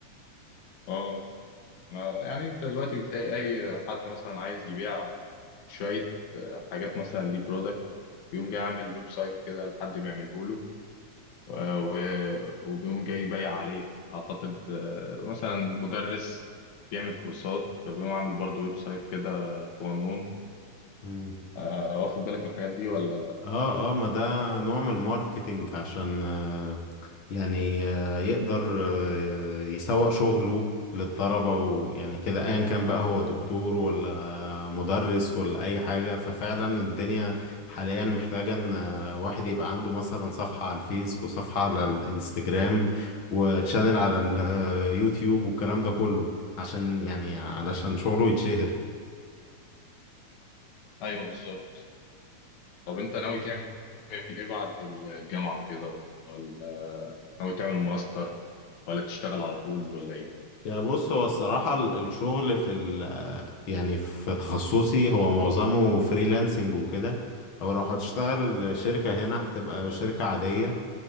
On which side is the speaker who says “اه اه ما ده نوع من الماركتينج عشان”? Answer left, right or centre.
Left